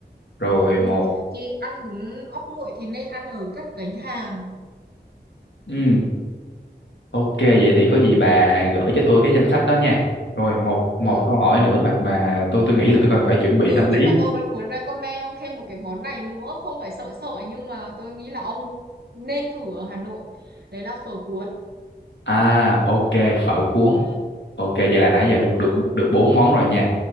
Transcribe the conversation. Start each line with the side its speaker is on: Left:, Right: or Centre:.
Left: rồi
Right: ừ
Left: một
Right: thì ăn bún ốc nguội thì nên ăn ở các gánh hàng
Left: ừ Ok vậy thì có gì bà gửi cho tôi cái danh sách đó nha. Rồi một một
Right: ừ
Left: câu hỏi nữa mà mà tôi tôi nghĩ là tôi cần phải chuẩn bị
Right: ừ
Left: tâm
Right: nhưng
Left: lý.
Right: mà tôi vẫn muốn recommend ông thêm một cái món này nữa không phải sợ sợ nhưng mà tôi nghĩ là ông nên thử ở Hà Nội đấy là phở cuốn
Left: À ok phở cuốn.
Right: ừ
Left: Ok vậy là nãy giờ
Right: đúng
Left: được được
Right: rồi
Left: được bốn món rồi nha.